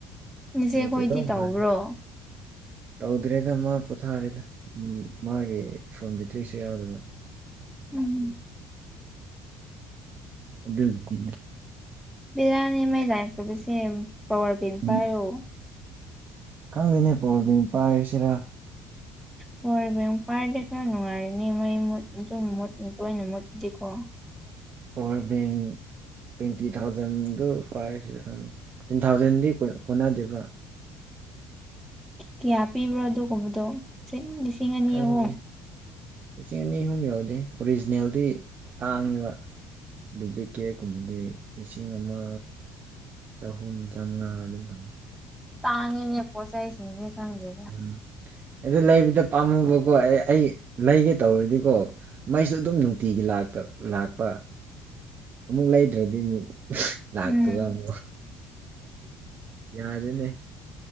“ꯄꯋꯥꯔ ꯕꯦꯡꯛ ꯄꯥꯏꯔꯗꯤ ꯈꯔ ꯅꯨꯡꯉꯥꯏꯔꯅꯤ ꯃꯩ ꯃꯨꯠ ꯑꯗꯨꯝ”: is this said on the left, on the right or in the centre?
Centre